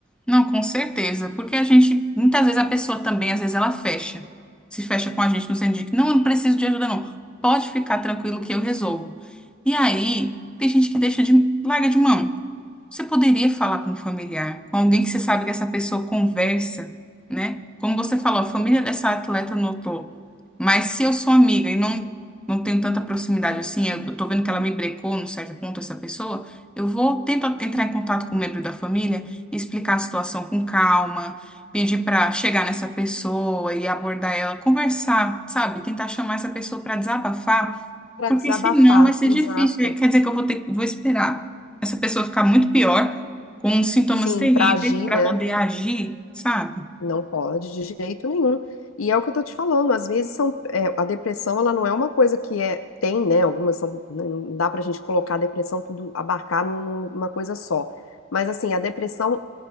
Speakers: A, in the centre; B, on the left.
A: Não, com certeza, porque a gente, muitas vezes a pessoa também, às vezes ela fecha, se fecha com a gente no sentido de que não, eu não preciso de ajuda, não, pode ficar tranquilo que eu resolvo. E aí, tem gente que deixa de, larga de mão. Você poderia falar com um familiar, com alguém que você sabe que essa pessoa conversa, né? Como você falou, a família dessa atleta notou. Mas se eu sou amiga e não, não tenho tanta proximidade assim, eu tô vendo que ela me brecou num certo ponto, essa pessoa, eu vou tentar entrar em contato com o membro da família, explicar a situação com calma, pedir para chegar nessa pessoa e abordar ela, conversar, sabe? Tentar chamar essa pessoa para desabafar.
B: Para
A: Porque
B: desabafar,
A: senão vai ser
B: exato.
A: difícil. Quer dizer que eu vou ter, vou esperar essa pessoa ficar muito pior, com sintomas
B: Sim,
A: terríveis,
B: para agir,
A: para
B: né?
A: poder agir, sabe?
B: Não pode de jeito nenhum. E é o que eu tô te falando, às vezes são, é, a depressão, ela não é uma coisa que é, tem, né? Algumas são, né? não dá pra gente colocar a depressão tudo, abarcar num- numa coisa só. Mas assim, a depressão